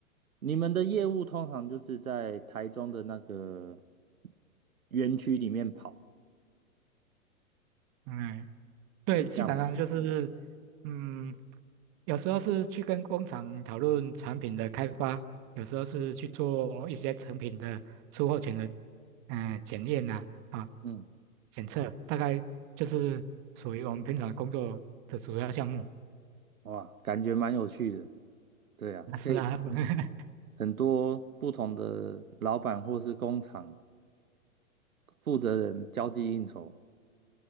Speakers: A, on the right; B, on the right.
A: 你们的业务通常就是在台中的那个园区里面跑。
B: 嗯，对，
A: 是这样吗？
B: 基本上就是，嗯，有时候是去跟工厂讨论产品的开发，有时候是去做一些成品的出货前的，嗯、检验呐啊，啊
A: 嗯，
B: 检测，大概就是属于我们平常工作的主要项目。
A: 哇，感觉蛮有趣的。对啊，
B: 啊，是啊，
A: 可以跟
B: <laughs>
A: 很多不同的老板或是工厂负责人交际应酬。